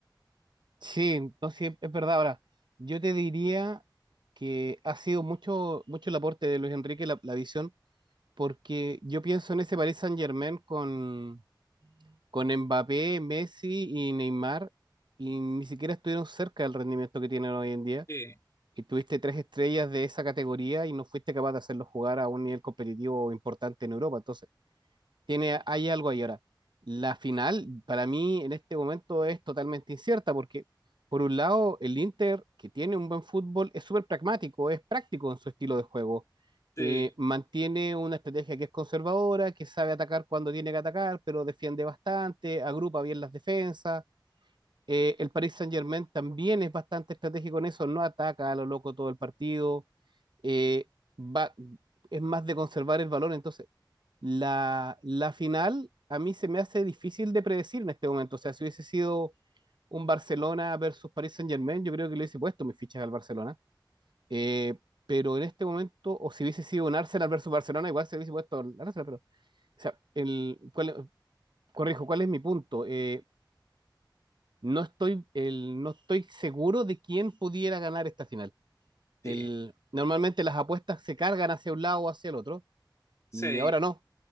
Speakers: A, on the right (about 65°); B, on the left (about 40°).
A: Sí, no, sí, es verdad. Ahora, yo te diría que ha sido mucho, mucho el aporte de Luis Enrique la, la visión, porque yo pienso en ese Paris Saint-Germain con, Con Mbappé, Messi y Neymar, y ni siquiera estuvieron cerca del rendimiento que tienen hoy en día.
B: Sí,
A: Y tuviste tres estrellas de esa categoría y no fuiste capaz de hacerlos jugar a un nivel competitivo importante en Europa. Entonces, tiene, hay algo ahí ahora. La final, para mí, en este momento es totalmente incierta porque, por un lado, el Inter, que tiene un buen fútbol, es súper pragmático, es práctico en su estilo de juego.
B: sí,
A: Eh, mantiene una estrategia que es conservadora, que sabe atacar cuando tiene que atacar, pero defiende bastante, agrupa bien las defensas, eh, el Paris Saint-Germain también es bastante estratégico en eso, no ataca a lo loco todo el partido, eh, va, es más de conservar el valor. Entonces, la, la final a mí se me hace difícil de predecir en este momento. O sea, si hubiese sido un Barcelona versus Paris Saint-Germain, yo creo que le hubiese puesto mis fichas al Barcelona. Eh, pero en este momento, o si hubiese sido un Arsenal versus Barcelona, igual se hubiese puesto al Arsenal. Pero, o sea, el, ¿cuál- corrijo, ¿cuál es mi punto? Eh, no estoy, el, no estoy seguro de quién pudiera ganar esta final.
B: sí,
A: El, normalmente las apuestas se cargan hacia un lado o hacia el otro,
B: sí,
A: y ahora no.